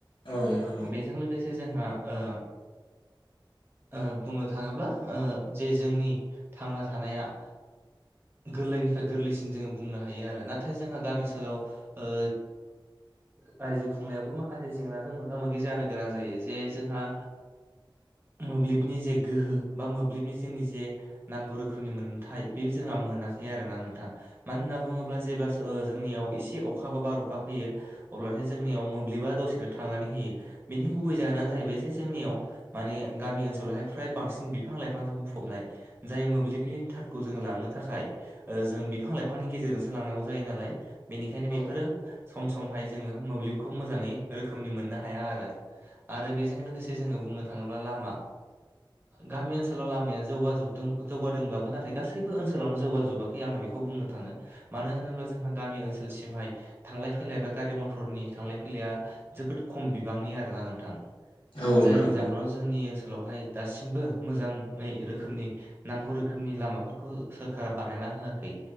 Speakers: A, on the left (about 85°); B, on the right (about 25°).
A: औ नोंथां
B: बेजों लोगोसे जोंहा ओ ओ बुंनो थाङोब्ला ओ जे जोंनि थांना थानाया गोरलैनिफ्राय गोरलैसिन जोङो बुंनो हायो आरो नाथाय जोंहा गामि ओनसोलाव ओ रायजो खुंनायावबो माखासे जेंनाजों मोगा मोगि जानो गोनां जायो जे जोंहा मोब्लिबनि जे गोहो बा मोब्लिबनि जोंनि जे नांगौ रोखोमनि मोनथाय बे जोंहा मोनाखै आरोना नोंथां मानो होनना बुङोब्ला जेब्ला ओ जोंनियाव एसे अखााबा बार अखा फैयो अब्लाथाय जोंनियाव मोब्लिबा दसेनो थांनानै होयो बेनि गुबै जाहोनानो जाहैबाय जे जोंनियाव माने गामि ओनसोलावहाय फ्राय बांसिन बिफां लाइफांजों बुंफबनाय जाय मोब्लिबनि थारखौ जोङो लांनो थाखाय ओ जों बिफां लाइफांनि गेजेरजोंसो लांनांगौ जायो नालाय बेनिखायनो
A: औ
B: बेफोरो सम समहाय जोङो मोब्लिब खौ मोजाङै रोखोमनि मोननो हाया आरो आरो बेजों लोगोसे जोङो बुंनो थाङोब्ला लामा गामि ओनसोलाव लामाया जौगाजोबदों जौगादोंब्लाबो नाथाय गासैबो ओनसोलावनो जौगाजोबा <unintelligible> आं बेखौ बुंनो थाङो मानो होनोब्ला जोंहा गामि ओनसोलसिमहाय थांलाय फैलाय बा गारि मथरनि थांलाय फैलाया जोबोद खम बिबांनि आरोना नोंथां
A: नोंथां
B: जायनि जाहोनाव जोंनि ओनसोलावहाय दासिमबो मोजाङै रोखोमनि नांगौ रोखोमनि लामाफोरखौ सोरखारा बानायना होआखै